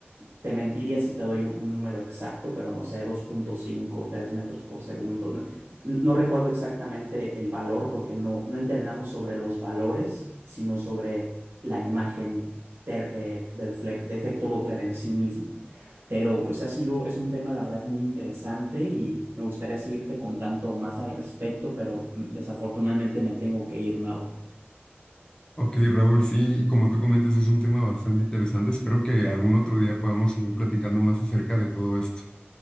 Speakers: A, on the right; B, on the left.
A: te mentiría si te doy un, un número exacto, pero no sé, 2.5 o 3 metros por segundo. No, no recuerdo exactamente el valor porque no, no entrenamos sobre los valores, sino sobre la imagen ter- eh, de, defle- de efecto Doppler en sí misma. Pero pues ha sido, es un tema la verdad muy interesante y me gustaría seguirte contando más al respecto, pero mm, desafortunadamente me tengo que ir, Mau.
B: ok, Raúl, sí, como tú comentas, es un tema bastante interesante. Espero que algún otro día podamos seguir platicando más acerca de todo esto.